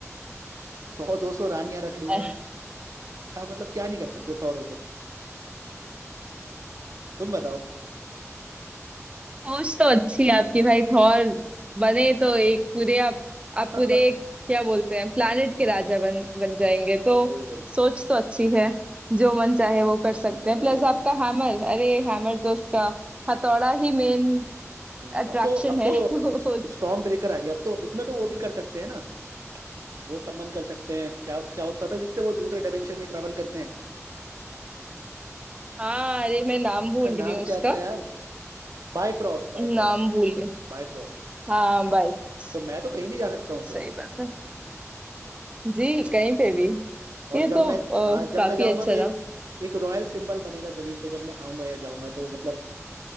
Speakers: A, on the right (about 80°); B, on the right (about 20°).
A: सौ दो सौ रानियां रख लूंगा
B: अह,
A: क्या मतलब क्या नहीं कर सकते थॉर हो तो तुम बताओ
B: सोच तो अच्छी है आपकी भाई थॉर बने तो एक पूरे आप आप
A: <laughs>
B: पूरे एक क्या बोलते हैं प्लानिट के राजा बन बन जाएंगे तो
A: वही वही
B: सोच तो अच्छी है जो मन चाहे वो कर
A: जो
B: सकते
A: मन चाहे
B: हैं प्लस
A: वो करो
B: आपका हैमर अरे हैमर तो उसका हथौड़ा ही मेन
A: हम्म,
B: अट्रैक्शन
A: अब तो अब
B: है
A: तो
B: <laughs>
A: स्टॉर्म ब्रेकर आ गया अब तो उसमें तो वो भी कर सकते हैं ना वो सम्मन कर सकते हैं क्या क्या होता था जिससे वो दूसरे डायमेंशन में ट्रेवल करते हैं
B: हाँ अरे मैं नाम भूल
A: उसका नाम
B: रही हूँ उसका
A: क्या था यार Bifrost Bifrost
B: नाम भूल गई
A: Bifrost
B: हाँ बाय फोर्स,
A: तो मैं तो कहीं भी जा सकता हूँ फिर
B: सही बात है जी कहीं पे भी
A: और
B: ये
A: जब
B: तो
A: मैं
B: अ,
A: हाँ जब
B: काफी
A: मैं जाऊंगा
B: अच्छा
A: तो एक
B: रहा
A: एक रॉयल सिंबल बनेगा जमीन पे जब मैं आऊंगा या जाऊंगा तो मतलब